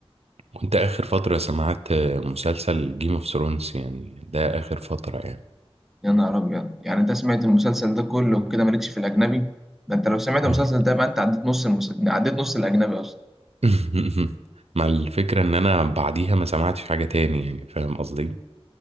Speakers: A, on the right; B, in the centre.
A: كنت آخر فترة سمعت آه، مسلسل جيم اوف ثرونز يعني ده آخر فترة يعني
B: يا نهار أبيض يعني أنت سمعت المسلسل ده كله كده مالكش في الأجنبي؟ ده أنت لو سمعت
A: آه.
B: المسلسل ده بقى أنت عديت نص المسلسل عديت نص الأجنبي أصلا
A: <laughs> مع الفكرة إن أنا بعديها ما سمعتش حاجة تاني يعني فاهم قصدي؟